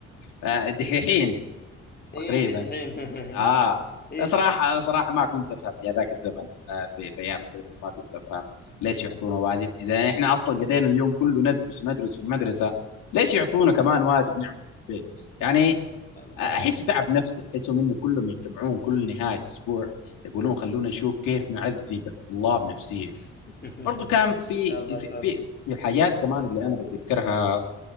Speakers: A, on the left (about 85°); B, on the left (about 30°).
A: آه، دحيحين
B: ايه
A: تقريبا
B: دحين
A: اه
B: <laughs> ايه
A: صراحة صراحة ما كنت افهم في هذاك الزمن آه في في ايام المدرسة ما كنت افهم ليش يعطونا واجب اذا احنا اصلا قضينا اليوم كله ندرس وندرس في المدرسة ليش يعطونا كمان واجب نعمل في البيت يعني
B: الله
A: آه، احس
B: عليك
A: تعب نفسي احسه منه كلهم يجتمعون كل نهاية اسبوع يقولون خلونا نشوف كيف نعذب الطلاب نفسيا
B: <laughs>
A: برضو كان في
B: يلا
A: في
B: صابر
A: في في الحاجات كمان اللي انا بتذكرها